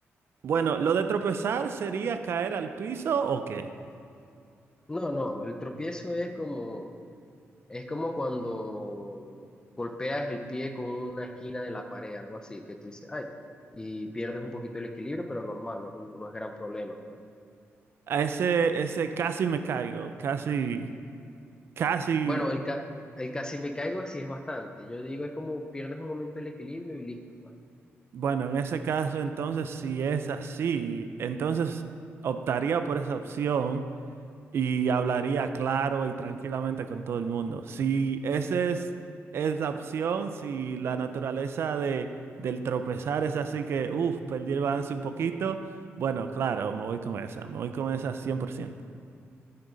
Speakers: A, on the right; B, on the left.
A: bueno, lo de tropezar sería caer al piso o qué?
B: No, no, el tropiezo es como... Es como cuando golpeas el pie con una esquina de la pared, algo así, que tú dices, ay, y pierdes un poquito el equilibrio, pero normal, no es, un- no es gran problema. pues.
A: A Ese, ese casi me caigo, casi, casi,
B: Bueno, el, ca- el casi me caigo sí es bastante. Yo digo, es como pierdes un momento el equilibrio y listo, pues.
A: bueno, en ese caso entonces si es así, entonces optaría por esa opción y hablaría claro y tranquilamente con todo el mundo. Si esa es, es la opción, si la naturaleza de, del tropezar es así que, uff, perdí el balance un poquito, bueno, claro, me voy con esa, me voy con esa 100%.